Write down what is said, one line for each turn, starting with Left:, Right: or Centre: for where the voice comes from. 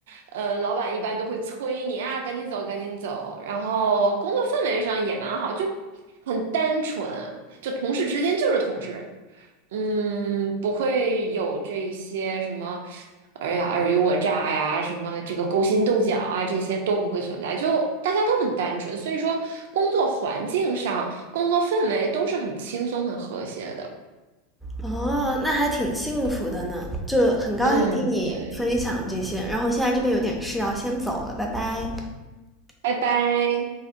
Right: 呃，老板一般都会催你啊，赶紧走，赶紧走。然后工作氛围上也蛮好，就很单纯，就同事之间就是同事。嗯，不会有这些什么，哎呀，尔虞我诈呀，什么这个勾心斗角啊，这些都不会存在，就大家都很单纯，所以说工作环境上、工作氛围都是很轻松、很和谐的。
Centre: 哦，那还挺幸福的呢，就很高兴听你分享这些。
Right: 嗯，对，
Centre: 然后现在这边有点事要先走了，拜拜。
Right: 拜拜。